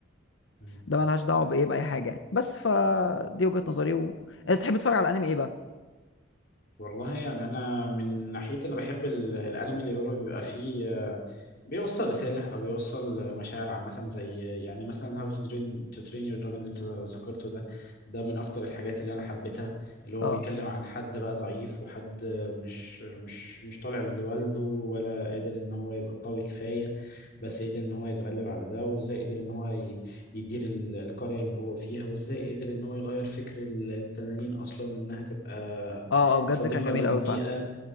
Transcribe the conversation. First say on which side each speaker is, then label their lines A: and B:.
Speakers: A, on the left (about 60°); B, on the left (about 80°).
A: يعني
B: ده مالهاش دعوه بايه باي حاجه يعني بس فدي وجهه نظري و... انت بتحب تتفرج على انمي ايه بقى
A: والله يعني انا من ناحيتي انا بحب ال- الانمي اللي هو بيبقى فيه آه، بيوصل رسالة او بيوصل مشاعر عامة زي يعني مثلا How to Train to Train Your Dragon اللي انت ذكرته ده ده من اكتر الحاجات اللي انا حبيتها اللي هو
B: اه
A: بيتكلم عن حد بقى ضعيف وحد مش مش مش طالع لوالده ولا قادر ان هو يبقى قوي كفاية بس قدر ان هو يتغلب على ده وازاي قدر ان هو ي- يدير ال- القرية اللي هو فيها وازاي قدر ان هو يغير فكر ال- التنانين اصلا انها تبقى
B: اه اه بجد
A: صديقة
B: كان جميل
A: للبيئة
B: قوي فعلا